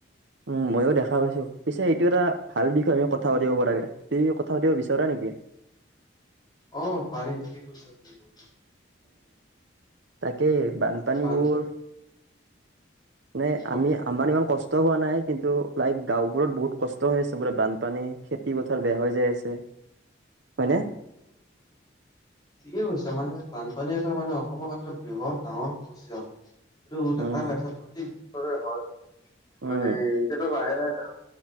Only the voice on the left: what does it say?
অ', পাৰি ঠিকে কৈছা তুমি এইবোৰ।
মানে বান
কোৱা
ঠিকেই কৈছা মানে? বানপানী এটা মানে অসমৰ এটা বৃহৎ ডাঙৰ সমস্যা, এইটো দেখা
পাইছে প্ৰত্যেক
বছৰে হয় মানে
এইটো এটা লাহে লাহে